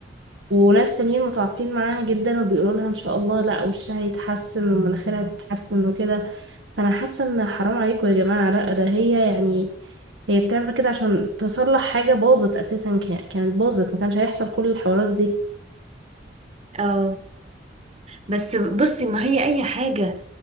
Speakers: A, on the right (about 80°); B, on the right (about 35°).
A: وناس تانيين متعاطفين معاها جدا وبيقولوا لها إن شاء الله لأ وشها هيتحسن ومناخيرها هتتحسن وكده فانا حاسه ان حرام عليكم يا جماعه لا ده هي يعني هي بتعمل كده عشان تصلح حاجه باظت اساسا كا- كانت باظت ما كانش هيحصل كل الحوارات دي
B: اه بس بصي ما هي اي حاجه